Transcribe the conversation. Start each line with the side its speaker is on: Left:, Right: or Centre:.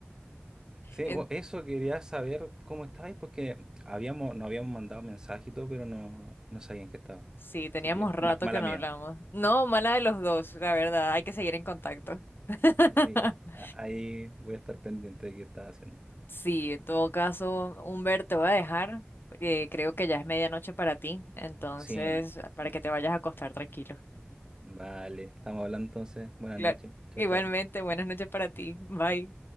Right: Sí,
Left: En-
Right: bu- eso quería saber cómo estabais, porque habíamos, nos habíamos mandado mensaje y todo, pero no, no sabían que estaba.
Left: Sí, teníamos
Right: Así que,
Left: rato
Right: ma- mala
Left: que no
Right: mía.
Left: hablamos. No, mala de los dos, la verdad, hay que seguir en contacto. <laughs>
Right: Sí, a- ahí voy a estar pendiente de qué estás haciendo.
Left: Sí, en todo caso, Humbert, te voy a dejar. eh, creo que ya es medianoche para ti, entonces,
Right: Sí,
Left: para
Right: sí.
Left: que te vayas a acostar tranquilo.
Right: Vale, estamos hablando entonces. Buenas
Left: Claro.
Right: noches. Chao,
Left: Igualmente,
Right: chao.
Left: buenas noches para ti. Bye.